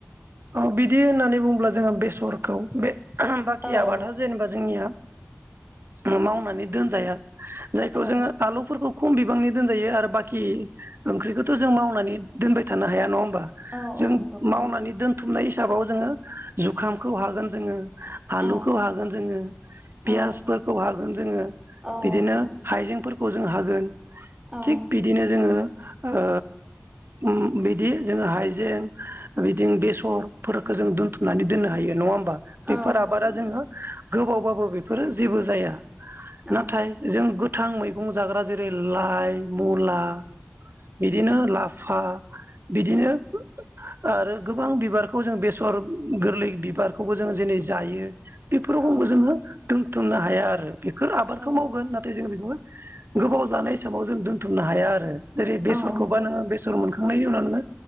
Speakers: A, on the right (about 70°); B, on the right (about 25°).
A: ओ बिदि होननानै बुङोब्ला जोंहा बेसरखौ, बे बाखि
B: औ
A: आबादा जेनेबा जोंनिया ओ मावनानै दोनजाया जायखौ
B: औ
A: जोङो आलु फोरखौ खम बिबांनि दोनजायो आरो बाखि ओंख्रिखौथ' जों मावनानै दोनबाय थानो हाया नङा होम बा?
B: औ
A: जों
B: औ नंगौ
A: मावनानै दोनथुमनाय हिसाबाव जोङो जुखामखौ हागोन जोङो आलुखौ
B: औ
A: हागोन जोङो, पियासफोरखौ
B: औ
A: हागोन जोङो
B: औ
A: बिदिनो
B: औ नंगौ
A: हाइजेंफोरखौ जों हागोन,
B: औ
A: थिग बिदिनो जोङो ओ उम बिदि जोङो हाइजें बिदिनो बे सर फोरखौ जों दोनथुमनानै दोननो हायो नङा होमबा बेफोर
B: औ
A: आबादा
B: औ नंगौ
A: जोङो गोबावबाबो बेफोरो जेबो जाया।
B: औ
A: नाथाय जों गो थां मैगं जाग्रा जेरै लाइ मुला बिदिनो ला फा बिदिनो आरो गोबां बि बारखौ जों बेसर गोरलै बिबारखौबो जोङो जेनै जायो बेफोरावबो
B: औ
A: जोङो दोनथुमनो हाया आरो बेफोर आबादखौ
B: औ
A: मावगोन नाथाय जों बेखौबो गोबाव जानाय हिसाबाव जों दोन्थुमनो हाया आरो जेरै बेसरखौबा
B: औ नंगौ
A: नोङो बेसर मोन खांनायनि उनाव नोङो